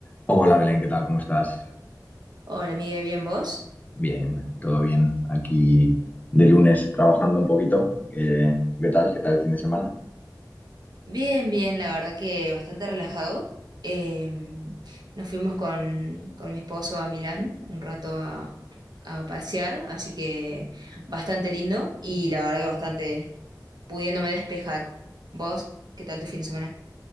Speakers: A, on the left; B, on the right.
A: Hola Belén, ¿qué tal? ¿Cómo estás?
B: Hola, Miguel, ¿bien vos?
A: Bien, todo bien. Aquí de lunes trabajando un poquito. Eh, ¿qué tal? ¿Qué tal el fin de semana?
B: Bien, bien, la verdad que bastante relajado. Em, nos fuimos con, con mi esposo a Milán un rato a, a pasear, así que bastante lindo y la verdad que bastante pudiéndome despejar. ¿Vos? ¿Qué tal tu fin de semana?